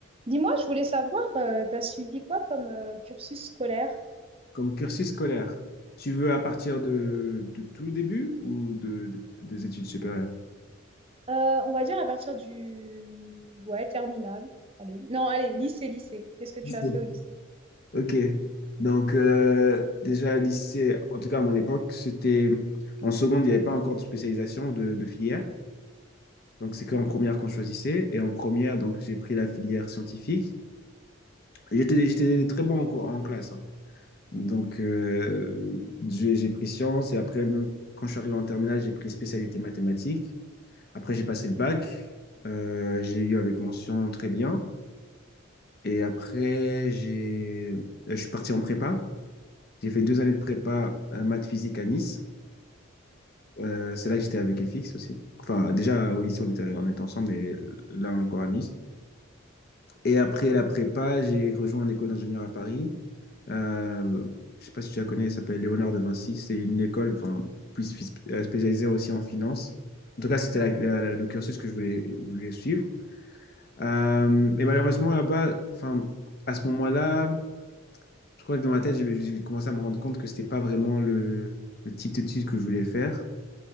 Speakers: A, on the right; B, on the left.
A: Dis-moi, je voulais savoir, euh, t'as suivi quoi comme euh, cursus scolaire?
B: Comme cursus scolaire, tu veux à partir de, de tout le début ou de, de- des études supérieures?
A: Euh, on va dire à partir du... Ouais, terminal. Allez. Non, allez, lycée, lycée. Qu'est-ce que tu
B: Lycée.
A: as fait au lycée?
B: Ok. Donc, euh, déjà, lycée, en tout cas à mon époque, c'était en seconde, il n'y avait pas encore de spécialisation de, de filière. Donc, c'est qu'en première qu'on choisissait. Et en première, donc, j'ai pris la filière scientifique. Et J'étais, j'étais très bon en, co- en classe. hein. Donc, euh, j'ai j'ai pris sciences. Et après, même quand je suis arrivé en terminale, j'ai pris spécialité mathématiques. Après, j'ai passé le bac. Euh, je l'ai eu avec mention très bien. Et après, j'ai, euh, je suis parti en prépa. J'ai fait deux années de prépa euh, maths physique à Nice. Euh, c'est là que j'étais avec FX aussi. Enfin, déjà au lycée, on était, on était ensemble, et là encore à Nice. Et après la prépa, j'ai rejoint une école d'ingénieur à Paris. Euh, je sais pas si tu la connais, elle s'appelle Léonard de Vinci. C'est une école enfin, plus spé- euh, spécialisée aussi en finance. En tout cas, c'était la- la- la- le cursus que je voulais, je voulais suivre. Euh, mais malheureusement, là-bas, enfin, à ce moment-là, je crois que dans ma tête, j'ai j'ai commencé à me rendre compte que c'était pas vraiment le, le type d'études que je voulais faire.